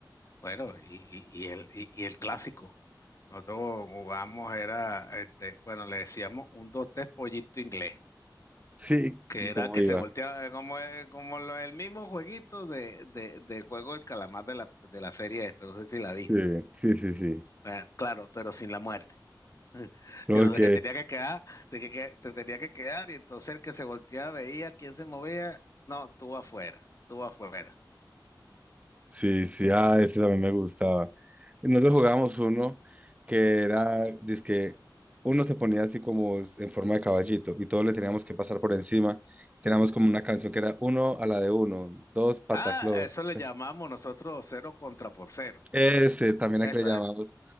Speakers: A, on the left (about 45°); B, on the right (about 20°).
A: Bueno, y, y- y el, y, y el clásico. Nosotros jugamos, era, este, bueno, le decíamos un, dos, tres pollito inglés,
B: Sí,
A: que
B: y
A: era
B: cómo
A: que
B: iba.
A: se volteaba eh, como, eh, como lo- el mismo jueguito de, de, del juego del calamar de la, de la serie esta, no sé si la viste.
B: Sí, sí, sí, sí.
A: Bueno, claro, pero sin la muerte. <laughs>
B: Ok.
A: Pero de que tenía que quedar, de que, que- te tenía que quedar, y entonces el que se volteaba veía quién se movía. No, tú afuera, tú afuera.
B: Sí, sí, ah, ese también me gustaba. Nosotros jugábamos uno que era, dizque, uno se ponía así como en forma de caballito y todos le teníamos que pasar por encima. Teníamos como una canción que era uno a la de uno, dos pataclos,
A: Ah, eso le
B: tres.
A: llamamos nosotros cero contra por cero.
B: Ese también
A: Eso
B: a que le llamamos.
A: es,